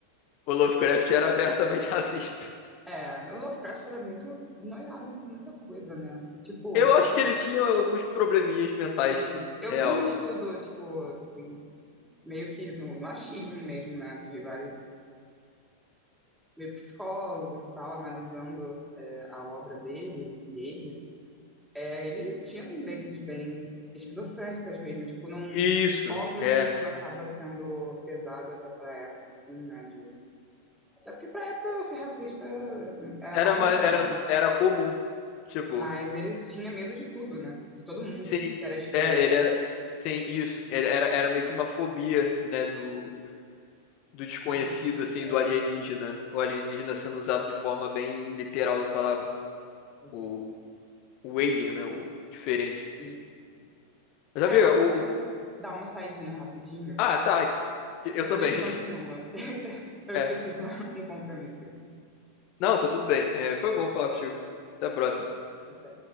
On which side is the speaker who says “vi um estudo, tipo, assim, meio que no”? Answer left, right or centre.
Centre